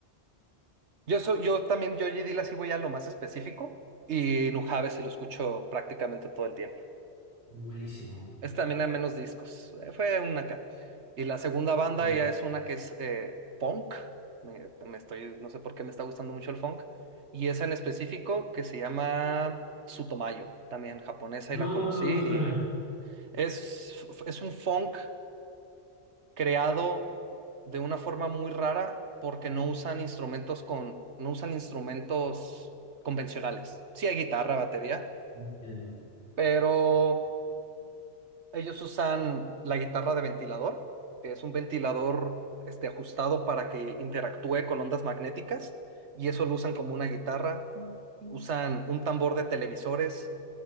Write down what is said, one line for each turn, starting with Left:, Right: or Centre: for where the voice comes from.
Right: Yo, soy, yo también, yo J. Dilla sí voy a lo más específico y Nujabes sí lo escucho prácticamente todo el tiempo.
Left: Buenísimo.
Right: Es también hay menos discos, eh, fue una acá. Y la segunda banda
Left: Sí.
Right: ya es una que es eh, funk, me, me estoy, no sé por qué me está gustando mucho el funk. Y esa en específico que se llama Sutomayo, también japonesa y
Left: No,
Right: la conocí
Left: no me suenan.
Right: Es, es un funk creado de una forma muy rara porque no usan instrumentos con, no usan instrumentos convencionales. Sí hay guitarra, batería,
Left: No Entiendo.
Right: pero ellos usan la guitarra de ventilador, que es un ventilador este, ajustado para que interactúe con ondas magnéticas, y eso lo usan como una guitarra. Usan un tambor de televisores.